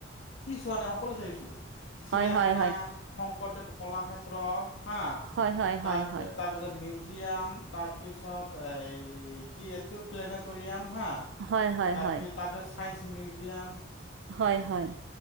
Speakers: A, on the left; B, on the right.
A: কি চোৱা নাই, সকলোৱে চাইছোঁ, চিৰিয়াখানা,
B: হয় হয় হয়
A: শংকৰদেৱ কলাক্ষেত্ৰ হা
B: হয়, হয়,
A: তাৰ
B: হয়, হয়।
A: তাৰপিছত মিউজিয়াম, তাৰপিছত, এই কি এইটো প্লেনেটৰিয়াম হা,
B: হয় হয়
A: তাৰপ
B: হয়
A: তাৰপিছত চাইেন্ঞ্চ মিউজিয়াম।
B: হয়, হয়।